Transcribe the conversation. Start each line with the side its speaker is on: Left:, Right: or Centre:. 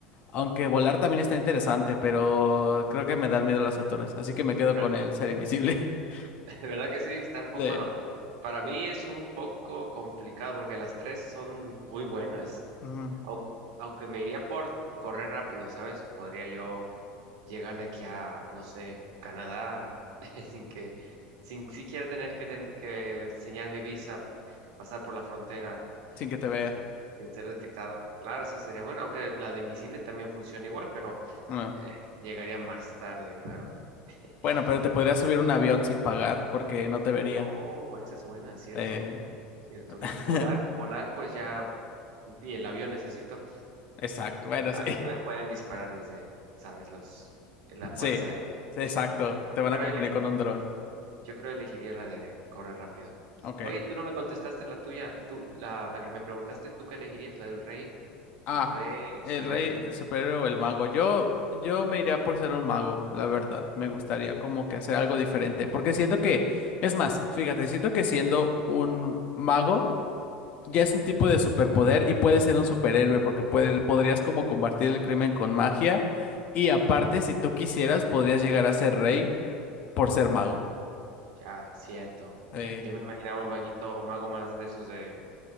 Left: Aunque volar también está interesante, pero creo que me da miedo las alturas, así que me quedo
Right: Ver-
Left: con el ser invisible. <laughs>
Right: <laughs> ¿Verdad que sí? Está un
Left: De,
Right: poco, bueno, para mí es un poco complicado porque las tres son muy buenas.
Left: ujú,
Right: Aun- Aunque me iría por correr rápido, ¿sabes? Podría yo llegar de aquí a, no sé, Canadá <laughs> sin que, sin siquiera tener que, ten- que enseñar mi visa, pasar por la frontera.
Left: sin que te vean.
Right: y sin sin ser detectado. Claro, eso sería bueno, aunque la de invisible también funciona igual, pero
Left: Ah.
Right: eh, llegaría más tarde, claro. <laughs>
Left: Bueno, pero te podrías subir a un avión sin pagar porque no te verían.
Right: Oh, esa es buena, cierto,
Left: Eh,
Right: cierto.
Left: <laughs>
Right: Y volar, volar, pues ya, y el avión necesito,
Left: exacto, bueno,
Right: aunque
Left: sí. <laughs>
Right: me pueden disparar desde, sabes, los, eh, la fuerza
Left: Sí,
Right: aérea.
Left: sí, exacto. Te van
Right: Pero
Left: a confundir
Right: elegí-
Left: con un dron.
Right: yo creo elegiría la de correr rápido.
Left: Ok.
Right: Oye, tú no me contestaste la tuya, tú, la, la que me preguntaste, ¿tú qué elegirías? La del rey,
Left: Ah,
Right: el rey, el
Left: el
Right: superhéroe.
Left: rey, el superhéroe o el mago. Yo, yo me iría por ser un mago, la verdad. Me gustaría como que hacer algo diferente. Porque siento que, es más, fíjate, siento que siendo un mago ya es un tipo de superpoder y puedes ser un superhéroe porque puede- podrías como combatir el crimen con magia. Y aparte, si tú quisieras, podrías llegar a ser rey por ser mago.
Right: Ya, cierto.
Left: Eh.
Right: Yo me imaginaba un maguito, un mago más de esos de,